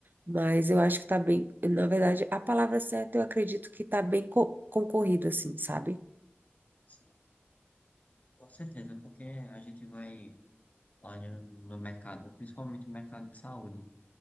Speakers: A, on the right; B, on the left.
A: Mas eu acho que tá bem, na verdade, a palavra certa eu acredito que tá bem co- concorrido, assim, sabe?
B: Sim, com certeza, porque a gente vai olhando no mercado, principalmente no mercado de saúde,